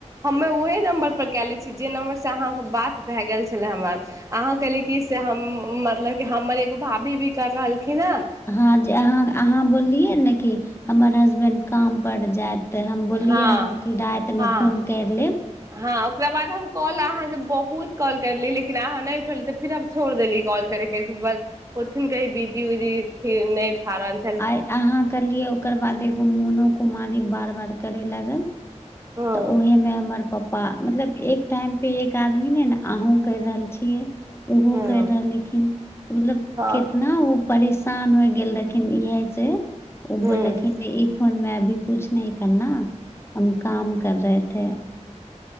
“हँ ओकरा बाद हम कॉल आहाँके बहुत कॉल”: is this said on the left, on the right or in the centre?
Right